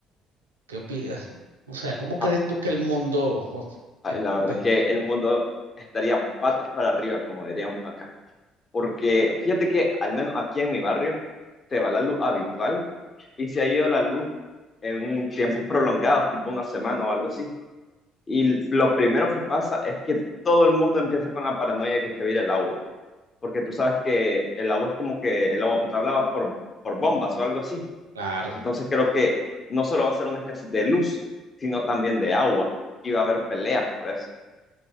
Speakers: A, on the right; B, on the left.
A: ¿Qué opinas? <laughs> O sea, ¿cómo crees
B: Ah,
A: tú que el mundo... <laughs>
B: ay,
A: este,
B: la verdad es que el mundo estaría patas para arriba, como diríamos acá. Porque fíjate que al menos aquí en mi barrio se va la luz habitual y se ha ido la luz en tiempos prolongados, tipo una semana o algo así. Y lo primero que pasa es que todo el mundo empieza con la paranoia de que se va a ir el agua, porque tú sabes que el agua es como que el agua potable va por, por bombas o algo así.
A: Claro,
B: Entonces creo que no solo va a ser una escasez de luz, sino también de agua y va a haber peleas por eso.